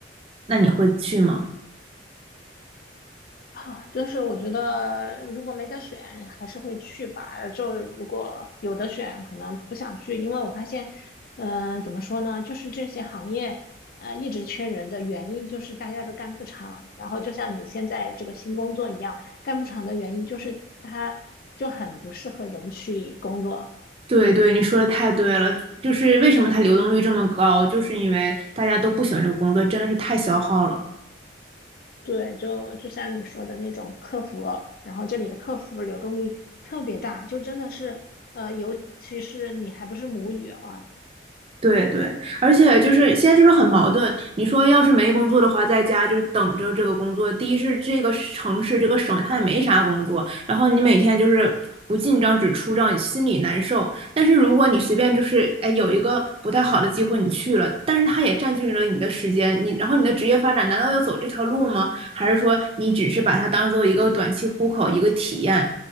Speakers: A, on the right; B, on the left.
A: 那你会去吗？
B: 啊，就是我觉得如果没得选，还是会去吧。就如果有的选，可能不想去，因为我发现，嗯、怎么说呢，就是这些行业，呃，一直缺人的原因就是大家都干不长。然后就像你现在这个新工作一样，干不长的原因就是它就很不适合人去工作。
A: 对对，你说的太对了，就是为什么它流动率这么高，就是因为大家都不喜欢这个工作，真的是太消耗了。
B: 对，就就像你说的那种客服，然后这里的客服流动率特别大，就真的是，呃，尤其是你还不是母语啊。
A: 对对，而且就是现在就是很矛盾。你说要是没工作的话，在家就是等着这个工作。第一是这个城市这个省它也没啥工作，然后你每天就是不进账只出账，心里难受。但是如果你随便就是哎有一个不太好的机会你去了，但是它也占据了你的时间，你然后你的职业发展难道要走这条路吗？还是说你只是把它当做一个短期糊口一个体验，